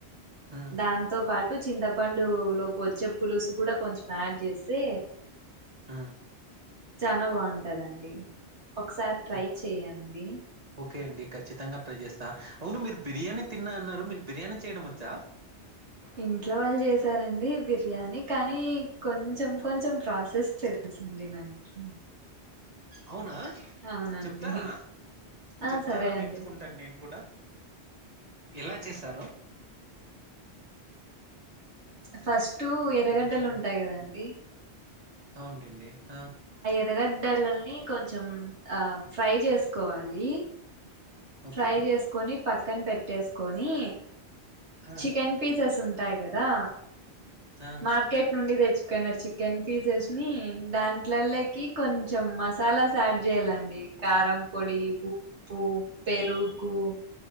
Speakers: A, on the right; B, on the right.
A: హ్మ్.
B: దాంతో పాటు చింతపం డు లోపు వచ్చే పులుసు కూడా కొంచెం యాడ్ చేస్తే
A: ఆ
B: చానా బాగుంటదండి ఒకసారి ట్రై
A: ఓక్
B: చేయండి
A: ఓకే అండి ఖచ్చితంగా ట్రై చేస్తా అవును మీరు బిర్యానీ తిన్నా అన్నారు మీకు బిర్యానీ చేయడం వచ్చా
B: ఇంట్లో వాళ్ళు చేసారండి బిర్యానీ కానీ కొంచెం కొంచెం ప్రాసెస్ తెల్ సండి నాకి
A: అవునా
B: అవునండి
A: చెప్తారా
B: ఆ
A: చెప్తారా
B: సరే
A: నేర్చుకుంటాను
B: అండి
A: నేను కూడా ఎలా చేశారు
B: ఉ ఫస్ట్ ఎరగడ్డలు
A: హ్మ్. చెప్పండి.
B: ఉంటాయి కదండి
A: అవునులెండి హ
B: ఏరగడ్డలల్ని కొంచెం ఆ ఫ్రై చేసుకోవాలి
A: ఓకే.
B: ఫ్రై చేసుకొని పక్కన పెట్టేసుకొని
A: ఆ!
B: చికెన్ పీసెస్ ఉం టాయి కదా
A: ఆ!
B: మార్కెట్ నుండి తెచ్ చికెన్ చికెన్ పీసెస్ ని దాంట్లలకి కొంచెం మసాలాస్ యాడ్ చేయ్యలండి కారం పొడి ఉప్పు పెరుగు